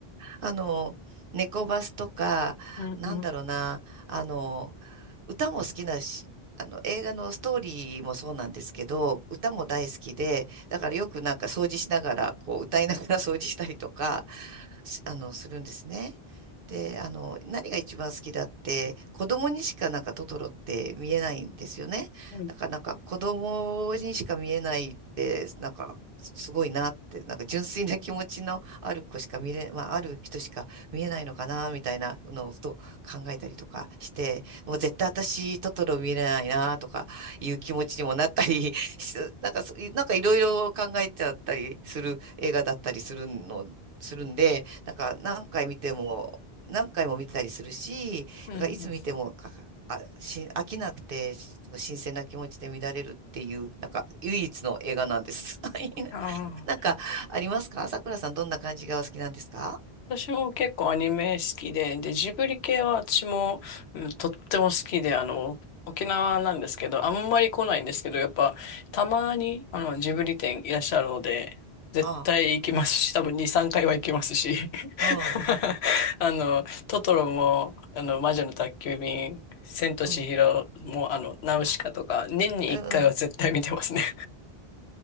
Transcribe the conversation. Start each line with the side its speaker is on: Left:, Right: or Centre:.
Right: あの、猫バスとか、
Left: うん、
Right: なんだろうな、
Left: うん、
Right: あの、歌も好きだし、あの、映画のストーリーもそうなんですけど、歌も大好きで、だからよくなんか掃除しながら、こう歌いながら掃除したりとか、すあの、するんですね。で、あの、何が一番好きだって、子供にしかなんかトトロって見えないんですよね。
Left: うん、
Right: なんか、なんか子供にしか見えないって、なんか、すすごいなって、なんか純粋な気持ちのある子しか見れ、まあ、ある人しか見えないのかな、みたいなのをふと考えたりとかして、もう絶対私、トトロ見れないな、とかいう気持ちにもなったり、し <laughs> なんかそ、なんかいろいろ考えちゃったりする映画だったりするの、するんで、なんか何回見ても、何回も見たりするし、
Left: うん。
Right: だからいつ見ても、かあ、し、飽きなくて、し新鮮な気持ちで見られるっていう、なんか唯一の映画なんです。<laughs> はい
Left: あ
Right: なんかありますかさくらさん、どんな感じがお好きなんですか
Left: 私も結構アニメ好きで、で、ジブリ系は私も、うん、とっても好きで、あの、沖縄なんですけど、あんまり来ないんですけど、やっぱ、たまに、あの、ジブリ店いらっしゃるので、絶対行きますし、
Right: あ
Left: 多分2、3回は行きますし、<laughs>
Right: あはい。
Left: あの、トトロも、あの、魔女の宅急便、千と千尋も、
Right: うん。
Left: あの、ナウシカとか、年に1回は絶対見てますね。
Right: うん。
Left: <laughs>